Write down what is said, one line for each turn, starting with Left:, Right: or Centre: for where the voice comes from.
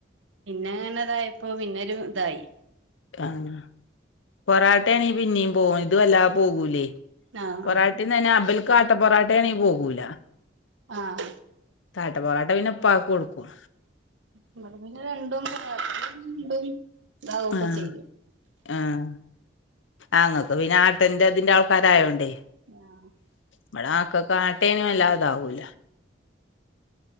Right: പിന്നെ ഇങ്ങനെ തായപ്പോ പിന്നൊരു ഇതായി
Left: ആഹ് പൊറാട്ട ആണെങ്കി പിന്നിം പോകും ഇത് വല്ലാതെ പോകൂലേ
Right: ആഹ്
Left: പൊറാ തിന്നെനെ അബൽക്ക് ആട്ട പൊറാട്ട ആണെങ്കി പോകൂല
Right: ആഹ്
Left: ആട്ട പൊറോട്ട പിന്നെ ഇപ്പാക്ക്‌ കൊടുക്കും
Right: ഇവിടെ പിന്നെ രണ്ടും ആഹ് അതും ഇതും ഇതാവൊക്കെ
Left: ആഹ്
Right: ചെയ്യും
Left: ആഹ് ആഹ് ഇങ്ങക്ക് പിന്നെ ആട്ടന്റെ ഇതിന്റെ ആൾക്കാരായോണ്ടേ
Right: ആഹ്
Left: ഇബടെ മക്കക്ക്‌ ആട്ടേണെ വല്ലാതെ താവൂല